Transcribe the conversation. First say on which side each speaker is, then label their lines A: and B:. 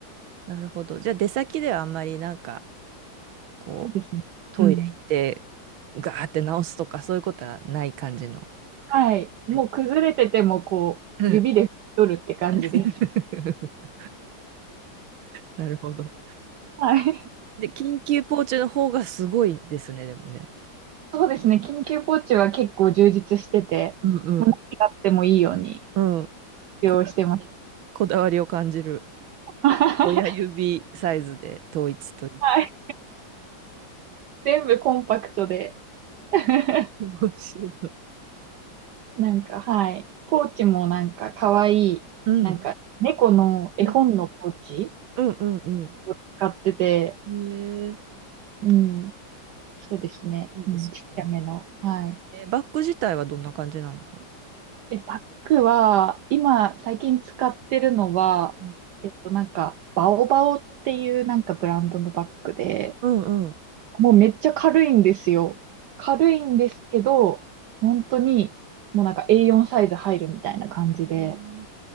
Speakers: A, on the right; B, on the right.
A: なるほど。じゃあ出先ではあんまりなんかこう、
B: そうですね。
A: トイレ行って、
B: うん。
A: ガーって直すとか、そういうことはない感じの。
B: はい。もう崩れててもこう、
A: はいうん
B: 指で取るって感じです。
A: <laughs> なるほど。
B: はい。
A: で、緊急ポーチの方がすごいですね、でもね。
B: そうですね。緊急ポーチは結構充実してて、
A: うんうん。
B: もう何があってもいいように
A: うん。
B: 用意してます。
A: こだわり、こだわりを感じる。
B: <laughs>
A: 親指サイズで統一という。
B: はい。全部コンパクトで。<laughs>
A: 面白い。
B: なんか、はい。ポーチもなんか可愛い、
A: うん。
B: なんか猫の絵本のポーチ
A: うん。うんうん
B: を使ってて、
A: うん。へえ、
B: うん。そうですね。
A: いいですね。
B: うん、ちっちゃめの。はい。
A: え、バッグ自体はどんな感じなの
B: え、バッグは、今最近使ってるのは、
A: うん
B: えっと、なんか、バオバオっていうなんかブランドのバッグで、
A: うんうん。
B: もうめっちゃ軽いんですよ。軽いんですけど、本当に、もうなんか A4 サイズ入るみたいな感じで。
A: へえ